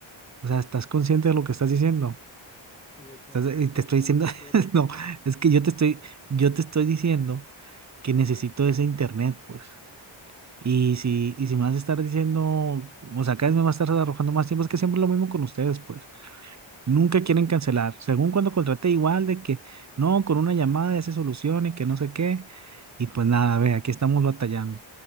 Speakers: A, on the right; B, on the left.
A: O sea, ¿estás consciente de lo que estás diciendo?
B: le comenté
A: Estás- y
B: que
A: te estoy
B: son
A: diciendo,
B: unas
A: <laughs>
B: horas.
A: no, es que yo te estoy, yo te estoy diciendo que necesito ese internet, pues. Y si, y si me vas a estar diciendo, o sea, cada vez me vas a estar arrojando más tiempo, es que siempre es lo mismo con ustedes, pues. Nunca quieren cancelar. Según cuando contraté, igual de que no, con una llamada ya se soluciona y que no sé qué. Y pues nada, ve, aquí estamos batallando.